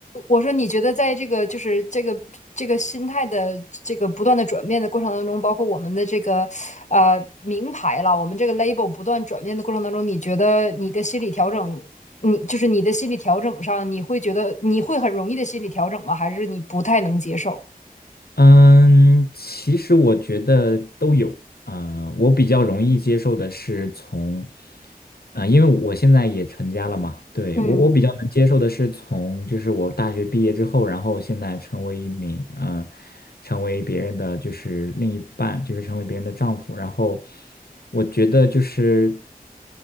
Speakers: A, on the left; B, on the left.
A: 我说你觉得，在这个就是这个这个心态的这个不断的转变的过程当中，包括我们的这个呃名牌了，我们这个 label 不断转变的过程当中，你觉得你的心理调整，你就是你的心理调整上，你会觉得你会很容易的心理调整吗？还是你不太能接受？
B: 嗯，其实我觉得都有。嗯、我比较容易接受的是从，嗯，因为我现在也成家了嘛，对，
A: 嗯，
B: 我我比较能接受的是从，就是我大学毕业之后，然后现在成为一名，嗯、成为别人的就是另一半，就是成为别人的丈夫，然后我觉得就是。